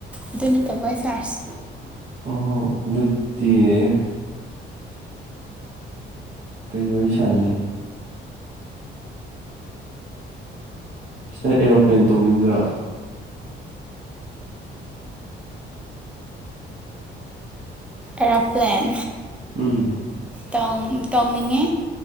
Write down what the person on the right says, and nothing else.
ꯑꯣ ꯑꯗꯨꯗꯤ ꯀꯩ ꯋꯥꯔꯤ ꯁꯥꯅꯤ ꯁꯤꯁꯇꯔ ꯑꯦꯔꯣꯄ꯭ꯂꯦꯟ ꯇꯧꯅꯤꯡꯗ꯭ꯔꯣ
ꯎꯝ